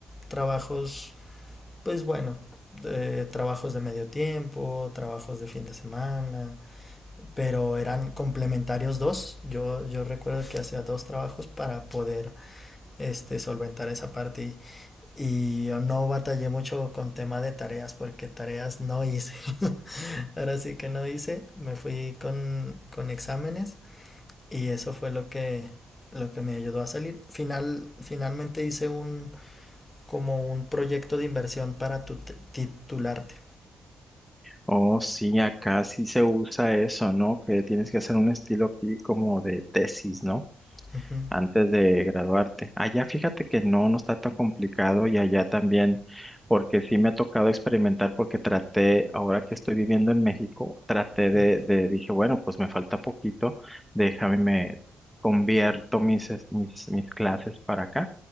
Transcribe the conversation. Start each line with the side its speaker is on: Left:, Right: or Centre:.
Left: trabajos pues bueno, eh, trabajos de medio tiempo, trabajos de fin de semana, pero eran complementarios dos. Yo, yo recuerdo que hacía dos trabajos para poder este, solventar esa parte y, y yo no batallé mucho con tema de tareas porque tareas no hice. <laughs> Ahora sí que no hice, me fui con, con exámenes y eso fue lo que, lo que me ayudó a salir. Final, finalmente hice un como un proyecto de inversión para tu, titularte.
Centre: Oh, sí, acá sí se usa eso, ¿no? Que tienes que hacer un estilo aquí como de tesis, ¿no?
Left: Uh -huh.
Centre: Antes de graduarte. Allá fíjate que no, no está tan complicado y allá también, porque sí me ha tocado experimentar porque traté, ahora que estoy viviendo en México, traté de,
Left: Ujú,
Centre: de dije, bueno, pues me falta poquito, déjame, me convierto mis, es- mis, mis clases para acá,